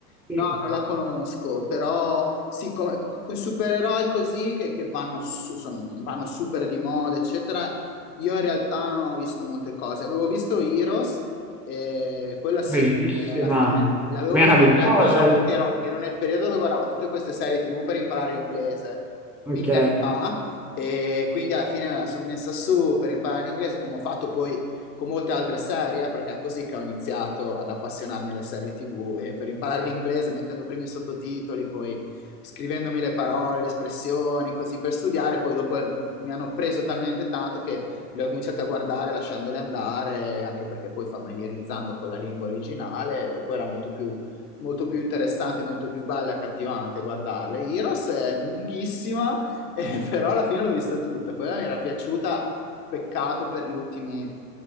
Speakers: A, on the left; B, in the centre.
A: No,
B: Sì.
A: non la conosco, però sì, come, come- con i supereroi così che, che vanno, su- sono- vanno super di moda, eccetera. Io in realtà non ho visto molte cose. Avevo visto Heroes, eh, quella sì,
B: Bellissima,
A: eh, alla fine l'avevo
B: meravigliosa.
A: vista in realtà perché ero, ero nel periodo dove guardavo tutte queste serie TV per imparare l'inglese, mille
B: Ok,
A: anni fa, e quindi alla fine me la sono messa su per imparare l'inglese, come ho fatto poi con molte altre serie, eh, perché è così che ho iniziato ad appassionarmi alle serie TV, e per imparare l'inglese mettendo prima i sottotitoli, poi scrivendomi le parole, le espressioni, così per studiare, poi dopo eh, mi hanno preso talmente tanto che le ho cominciate a guardare lasciandole andare, anche perché poi familiarizzando con la lingua originale, dopo era molto più molto più interessante, molto più bella e accattivante guardarle. Heroes è lunghissima, <laughs> eh, però alla fine l'ho vista tutta. Quella mi era piaciuta, peccato per gli ultimi